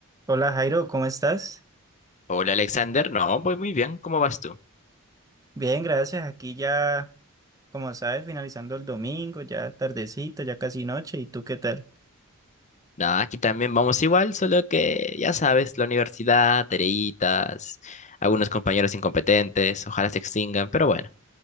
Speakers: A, on the right; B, on the left.
A: Hola Jairo, ¿cómo estás?
B: Hola Alexander, no, voy muy bien, ¿cómo vas tú?
A: Bien, gracias. Aquí ya, como sabes, finalizando el domingo, ya tardecito, ya casi noche. ¿Y tú qué tal? <laughs>
B: Nada, aquí también vamos igual, solo que ya sabes, la universidad, tareitas, algunos compañeros incompetentes, ojalá se extingan, pero bueno.